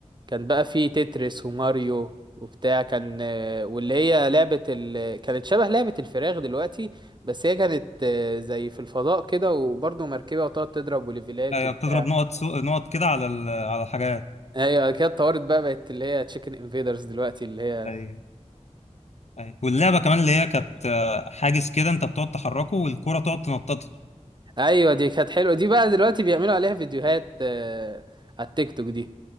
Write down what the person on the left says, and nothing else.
ايوه
بتضرب نقط سو... نقط كده على ال... على الحاجات
ايوه أيوة. واللعبه كمان اللي هي كانت آه، حاجز كده انت بتقعد تحركه والكوره تقعد تنططه